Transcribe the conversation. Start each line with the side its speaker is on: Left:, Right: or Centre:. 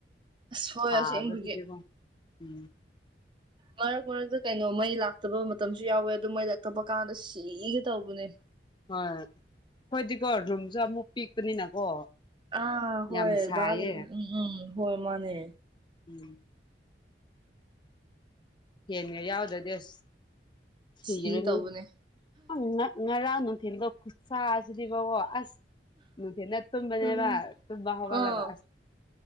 Right: ꯑꯁ ꯍꯣꯏ
Left: ꯁꯥꯕꯁꯤꯗꯤꯀꯣ
Right: ꯑꯁꯦꯡꯕꯒꯤ
Left: ꯎꯝ
Right: ꯃꯔꯛ ꯃꯔꯛꯇ ꯀꯩꯅꯣ ꯃꯩ ꯂꯥꯛꯇꯕ ꯃꯇꯝꯁꯨ ꯌꯥꯎꯋꯦ ꯑꯗꯨ ꯃꯩ ꯂꯛꯇꯕ ꯀꯥꯟꯗ ꯁꯤꯒꯦ ꯇꯧꯕꯅꯦ
Left: ꯍꯣꯏ ꯈꯣꯏꯗꯤꯀꯣ ꯔꯨꯝꯁꯨ ꯑꯃꯨꯛ ꯄꯤꯛꯄꯅꯤꯅꯀꯣ
Right: ꯑꯥ ꯍꯣꯏ
Left: ꯌꯥꯝ ꯁꯥꯏꯌꯦ
Right: ꯕꯔꯥ ꯂꯩꯕ ꯎꯝ ꯎꯝ ꯍꯣꯏ ꯃꯥꯅꯦ
Left: ꯎꯝ ꯍꯦꯟ ꯒꯥ ꯌꯥꯑꯣꯗꯔꯥ ꯗꯤꯁ ꯁꯤꯔꯅꯤ
Right: ꯁꯤꯒꯦ ꯇꯧꯕꯅꯦ
Left: ꯑꯥ ꯉꯥ ꯉꯔꯥꯡ ꯅꯨꯡꯊꯤꯟ ꯗꯣ ꯈꯨꯠ ꯁꯥꯥꯁꯤꯗꯤꯕ ꯀꯣ ꯑꯁ ꯅꯨꯡꯊꯤꯟꯗ ꯇꯨꯝꯕꯅꯦꯕ
Right: ꯎꯝ
Left: ꯇꯨꯝꯕꯥ ꯇꯨꯝꯕꯥꯍꯧꯒꯠꯂꯒ
Right: ꯑꯥ
Left: ꯑꯁ